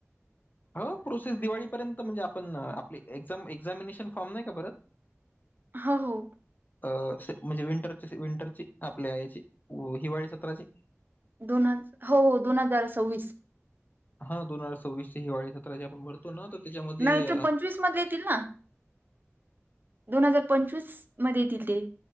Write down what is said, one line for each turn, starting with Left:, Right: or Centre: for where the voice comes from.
Left: हो प्रोसेस दिवाळीपर्यंत म्हणजे आपण आपले एक्झाम, एक्झामिनेशन फॉर्म नाही का भरत?
Right: ह, हो.
Left: अ म्हणजे विंटरची, विंटरची आपल्या याची हिवाळी सत्राची.
Right: दोन ह हो हो दोन हजार सव्वीस.
Left: हा दोन हजार सव्वीस ची हिवाळी सत्रा जे आपण भरतो ना तर त्याच्यामध्ये
Right: नाही <unintelligible> मधले येतील ना. दोन हजार पंचवीस मध्ये येतील ते.